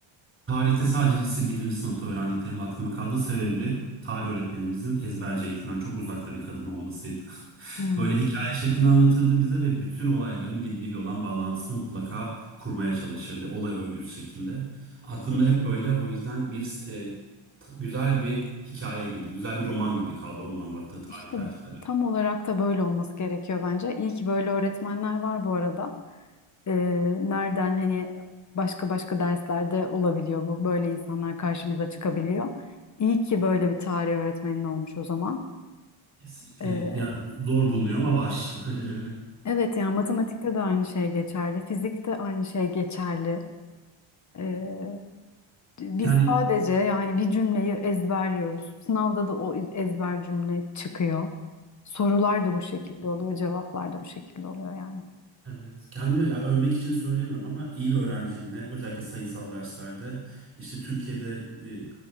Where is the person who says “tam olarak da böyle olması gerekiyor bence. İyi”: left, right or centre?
Left